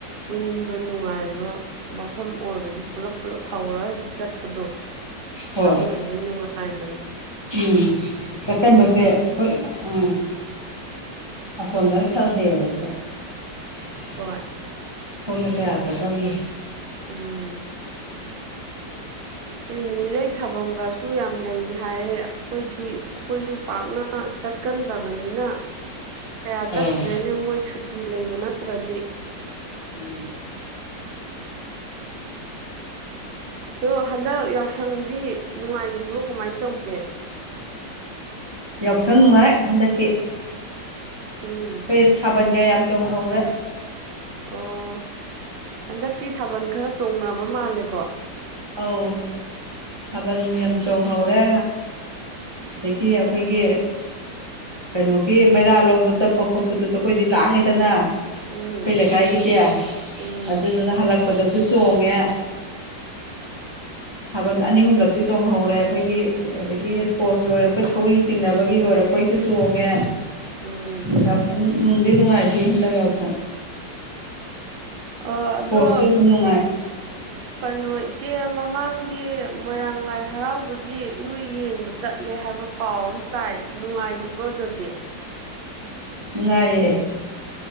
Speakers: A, on the right; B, on the right.
A: ꯄꯨꯟꯕ ꯅꯨꯡꯉꯥꯏꯕ ꯃꯐꯝ ꯑꯣꯏꯕꯗꯨ ꯄꯨꯂꯞ ꯄꯨꯜꯂꯞ ꯍꯧꯔꯒ ꯍꯦꯛꯇꯥ ꯆꯠꯄꯗꯣ
B: ꯍꯣꯏ
A: ꯑꯗꯨꯅꯗꯤ ꯅꯨꯡꯉꯥꯏꯕꯅꯤ
B: ꯎꯝ ꯆꯠꯀꯟꯕꯁꯦ ꯍꯣꯏ ꯎꯝ ꯑꯁꯣꯝꯗꯅ ꯈꯔ ꯍꯦꯜꯂꯦ <unintelligible>
A: ꯍꯣꯏ
B: ꯁꯣꯝꯅ ꯀꯌꯥ ꯆꯠꯀꯟꯗꯦ
A: ꯎꯝ ꯅꯨꯃꯤꯠꯂꯩ ꯊꯥꯕꯝꯒꯁꯨ ꯌꯥꯝ ꯂꯩ ꯍꯥꯏꯌꯦ ꯑꯩꯈꯣꯏꯗꯤ ꯑꯩꯈꯣꯏꯁꯨ ꯄꯥꯛꯅ ꯆꯠꯀꯟꯗꯕꯅꯤꯅ
B: <inaudible>
A: ꯀꯌꯥ ꯆꯠꯇ꯭ꯔꯦꯅꯦ
B: ꯑꯧ
A: ꯃꯣꯏ ꯁꯨꯇꯤ ꯂꯩꯕ ꯅꯠꯇ꯭ꯔꯗꯤ
B: ꯎꯝ
A: ꯑꯗꯣ ꯍꯟꯗꯛ ꯌꯥꯎꯁꯪꯗꯤ ꯅꯨꯡꯉꯥꯏꯒꯤꯕ꯭ꯔꯣ ꯀꯃꯥꯏ ꯇꯧꯒꯦ
B: ꯌꯥꯎꯁꯪ ꯅꯨꯡꯉꯥꯏ ꯍꯟꯗꯛꯀꯤ
A: ꯎꯝ
B: <unintelligible> ꯊꯥꯕꯟꯒ ꯌꯥꯝ ꯆꯣꯡꯍꯧꯔꯦ
A: ꯑꯣ ꯍꯟꯗꯛꯇꯤ ꯊꯥꯕꯜ ꯈꯔ ꯆꯣꯡꯅꯕ ꯃꯥꯜꯂꯦꯀꯣ
B: ꯑꯧ ꯊꯕꯅꯤ ꯌꯥꯝ ꯆꯣꯡꯍꯧꯔꯦ ꯑꯗꯒꯤ ꯑꯩꯈꯣꯏꯒꯤ ꯀꯩꯅꯣꯒꯤ ꯃꯩꯔꯥ ꯂꯧꯕ ꯆꯠꯄ ꯈꯣꯠꯄꯗꯨꯁꯨ ꯑꯩꯈꯣꯏꯗꯤ ꯂꯥꯡꯉꯦꯗꯅ ꯑꯩꯈꯣꯏ
A: ꯎꯝ
B: ꯂꯩꯀꯥꯏꯒꯤꯗꯤ
A: ꯎꯝ
B: ꯑꯗꯨꯗꯨꯅ ꯍꯜꯂꯛꯄꯗꯁꯨ ꯆꯣꯡꯉꯦ ꯊꯥꯕꯜ ꯑꯅꯤ ꯑꯍꯨꯝꯂꯛꯇꯤ ꯆꯣꯡꯍꯧꯔꯦ ꯑꯩꯈꯣꯏꯒꯤ ꯑꯗꯒꯤ ꯏꯁꯄꯣꯔꯠ ꯂꯣꯏꯔꯛꯄꯩ ꯊꯧꯔꯤ ꯆꯤꯡꯅꯕꯒꯤ ꯂꯣꯏꯔꯛꯄꯩꯁꯨ ꯆꯣꯡꯉꯦ
A: ꯎꯝ
B: ꯌꯥꯎꯁꯪ ꯅꯨꯡꯗꯤ ꯅꯨꯡꯉꯥꯏꯈꯤ ꯍꯟꯗꯛ ꯌꯥꯎꯁꯪ
A: ꯑꯗꯣ
B: ꯄꯣꯁꯨ ꯗꯨꯝ ꯅꯨꯡꯉꯥꯏ
A: ꯀꯩꯅꯣ ꯏꯆꯦ ꯃꯃꯥꯡꯒꯤ ꯃꯣꯏꯔꯥꯡ ꯂꯥꯏ ꯍꯔꯥꯎꯕꯗꯤ ꯅꯣꯏ ꯌꯦꯡꯕ ꯆꯠꯂꯦ ꯍꯥꯏꯕ ꯄꯥꯎ ꯑꯃ ꯇꯥꯏ ꯅꯨꯡꯉꯥꯏꯒꯤꯕ꯭ꯔꯣ ꯑꯗꯗꯤ
B: ꯅꯨꯡꯉꯥꯏꯌꯦ